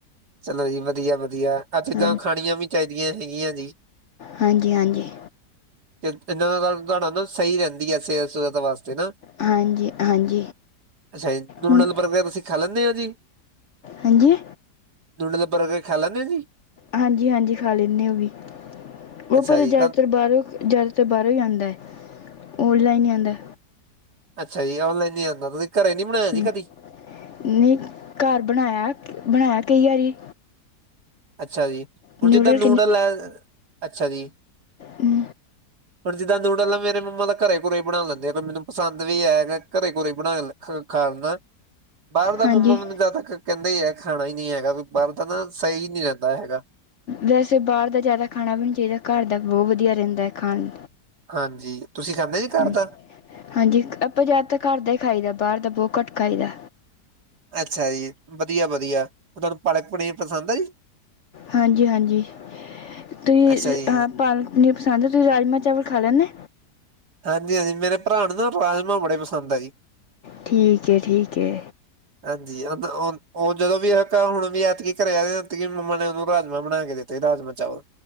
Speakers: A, on the right; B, on the left.
A: ਚਲੋ ਜੀ ਵਧੀਆ, ਵਧੀਆ ਅੱਛਾ ਚਲ
B: ਹਾਂ-
A: ਖਾਣੀਆਂ ਵੀ ਚਾਹੀਦੀਆਂ ਹੈਗੀਆਂ ਜੀ।
B: ਹਾਂਜੀ ਹਾਂਜੀ।
A: ਤੇ ਇਨਾਂ ਤੁਹਾਡਾ ਨਾ ਸਹੀ ਰਹਿੰਦੀ ਹੈ ਸਿਹਤ ਸੁਹਤ ਵਾਸਤੇ ਨਾ।
B: ਹਾਂਜੀ ਹਾਂਜੀ।
A: ਅੱਛਾ ਜੀ ਨੂਡਲ
B: ਹੁਣ-
A: ਬਰਗਰ ਤੁਸੀਂ ਖਾ ਲੈਂਦੇ ਹੋ ਜੀ?
B: ਹਾਂਜੀ
A: ਨੂਡਲ ਬਰਗਰ ਖਾ ਲੈਂਦੇ ਜੀ
B: ਹਾਂਜੀ ਹਾਂਜੀ ਖਾ ਲੈਂਦੇ ਹੋ ਵੀ ਉਹ
A: ਅੱਛਾ
B: ਪਰ
A: ਜੀ
B: ਜ਼ਿਆਦਾਤਰ
A: ਤਾਂ
B: ਬਾਹਰੋਂ ਜ਼ਿਆਦਾ ਤਾਂ ਬਾਹਰੋਂ ਹੀ ਆਉਂਦਾ ਆਨਲਾਈਨ ਹੀ ਆਉਂਦਾ
A: ਅੱਛਾ ਜੀ, ਔਨਲਾਈਨ ਨੀ ਆਂਦਾ ਤੁਸੀ ਘਰੇ ਨੀ ਬਣਾਇਆ
B: ਹਮ,
A: ਜੀ ਕਦੀ?
B: ਨਹੀਂ ਘਰ ਬਣਾਇਆ ਬਣਾਇਆ ਕਈ ਵਾਰੀ।
A: ਅੱਛਾ ਜੀ, ਹੁਣ
B: ਨਿਊਡਲ
A: ਜਿੱਦਾਂ ਨੂਡਲ ਹੈ ਅੱਛਾ ਜੀ।
B: ਹਮ
A: ਹੁਣ ਜਿੱਦਾਂ ਨੂਡਲ ਮੇਰੇ ਮੰਮਾ ਤਾ ਘਰੇ ਘੁਰੇ ਹੀ ਬਣਾ ਲੈਂਦੇ ਆ ਮੈਨੂੰ ਪਸੰਦ ਵੀ ਹੈਗਾ ਘਰੇ ਘਰੇੋਂ ਹੀ ਬਣਾ ਲੈ। ਖਾਨਾ। ਬਾਹਰ ਦਾ
B: ਹਾਂਜੀ
A: ਮੰਮਾ ਮੈਨੂੰ ਜਿਆਦਾਤਰ ਕਹਿੰਦੇ ਹੀ ਹੈ ਖਾਣਾ ਹੀ ਨਹੀਂ ਹੈਗਾ ਬਾਹਰ ਦਾ ਨਾ ਸਹੀ। ਨਹੀਂ ਰਹਿੰਦਾ ਹੈਗਾ।
B: ਵੈਸੇ ਬਾਹਰ ਦਾ ਜ਼ਿਆਦਾ ਖਾਣਾ ਵੀ ਨਹੀਂ ਚਾਹੀਦਾ ਘਰ ਦਾ ਬਹੁਤ ਵਧੀਆ ਰਹਿੰਦਾ ਹੈ ਖਾਣ।
A: ਹਾਂਜੀ ਤੁਸੀਂ ਖਾਂਦੇ ਜੀ ਘਰ
B: ਹਾਂਜੀ
A: ਦਾ?
B: ਹਾਂਜੀ ਆਪਾਂ ਜਿਆਦਾ ਤਾਂ ਘਰ ਦਾ ਹੀ ਖਾਈਦਾ ਬਾਹਰ ਦਾ ਬਹੁਤ ਘੱਟ ਖਾਈ ਦਾ
A: ਅੱਛਾ ਜੀ ਵਧੀਆ ਵਧੀਆ ਤੁਹਾਨੂੰ ਪਾਲਕ ਪਨੀਰ ਪਸੰਦ ਹੈ ਜੀ,
B: ਹਾਂਜੀ ਹਾਂਜੀ ਤੁਸੀਂ
A: ਅੱਛਾ ਜੀ
B: ਹਾਂ ਪਾਲਕ ਹਾਂਜੀ ਪਸੰਦ ਤੁਸੀਂ ਰਾਜਮਾ-ਚਾਵਲ ਖਾ ਲੈਂਦੇ
A: ਹਾਂਜੀ ਹਾਂਜੀ ਮੇਰੇ ਭਰਾ ਨੂੰ ਨਾ ਰਾਜਮਾ ਬੜੇ ਪਸੰਦ ਆ ਜੀ
B: ਠੀਕ ਹੈ ਠੀਕ ਹੈ।
A: ਹਾਂਜੀ ਉਹ ਉਹ ਜਦੋਂ ਵੀ ਹੁਣ ਵੀ ਐਤਕੀ ਘਰੇ ਆ ਮੰਮਾ ਨੇ ਉਹਨੂੰ ਰਾਜਮਾ ਬਣਾ ਕੇ ਦਿੱਤੇ ਰਾਜਮਾ ਚਾਵਲ,